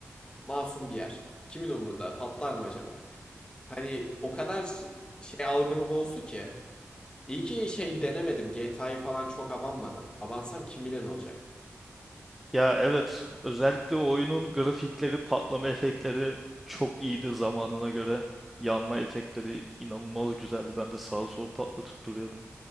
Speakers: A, on the left; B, in the centre.
A: masum bir yer. Kimin umrunda? Patlar mı acaba? Hani o kadar şey algımı bozdu ki. İyi ki şey denemedim. GTA'yı falan çok abanmadım. Abansam kim bilir ne olacak.
B: Ya evet, özellikle o oyunun grafikleri, patlama efektleri çok iyiydi zamanına göre. Yanma efektleri inanılmaz güzeldi. Ben de sağa sola patlatıp duruyordum.